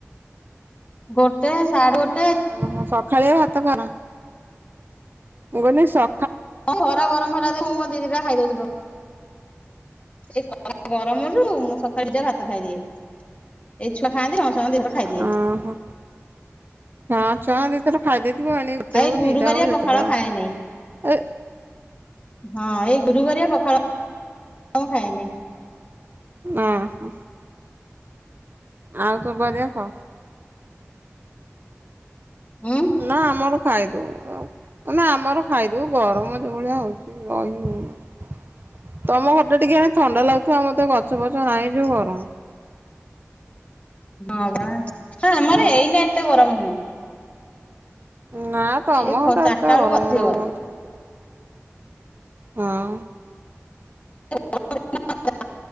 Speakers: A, on the left; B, on the right.
A: ଗୋଟେ ସାଢେ ଗୋ
B: ଓହୋ ସଖାଳିଆ ଭାତ ଖାଅନା, ମୁଁ କହିଲି ସ
A: ହଁ ଖରା ଗରମ ହେଲା ଦିନୁ ମୁଁ ମୋର ଦି ଦିଟା ଖାଇ ଦଉଚି ପଖାଳ। ଏ ଖରା ଗରମରୁ ମୁଁ ସକାଳ ଦିଟା ଭାତ ଖାଇଦିଏ। ଏଇ ଛୁଆ ଖାଆନ୍ତିି ତାଙ୍କ ସାଙ୍ଗରେ ଦିଥର ଖାଇଦିଏ।
B: ଓହୋ ହଁ ଛୁଆଙ୍କୁ ଦିଥର ଖାଇଦେଇଥିବ ଏଣିକି ଗୋଟେ
A: ଖାଏ
B: ହଉ
A: ଗୁରୁବାରିଆ
B: ଦିଟା ହଉ ଯେତେଟା
A: ପଖାଳ
B: ହଉ।
A: ଖାଏନେଇ।
B: ଏ
A: ହଁ ଏଇ ଗୁରୁବାରିଆ ପଖାଳ ଖାଏନି।
B: ଓ ହଁ। ଆଉ ସବୁ ବାରିଆ ଖାଉ।
A: ଉଁ
B: ନା ଆମର ଖାଇଦଉ ଆଉ ଆମର ଖାଇଦଉ ଗରମ ଯୋଉଭଳିଆ ହଉଛି ରହି ହଉନି। ତମ ଘରଟା ଟିକେ ହେଲେ ଥଣ୍ଡା ଲାଗୁ ଥିବ ଆମର ତ ଗଛ ଫଛ ନାହିଁ ଯୋଉ ଗରମ।
A: ହଁ ବା ଆମର
B: ଆଉ
A: ଏଇନା ଏତେ ଗରମ ନୁହେଁ।
B: ନା ତମ
A: ଏ ଚାରିଟା
B: ଘରଟା ଏତେ ଗରମ
A: ବେଳକୁ ଅଧିକ
B: ନୁହଁ। ହଁ।
A: ଏ ଗରମ ଦିନ <unintelligible>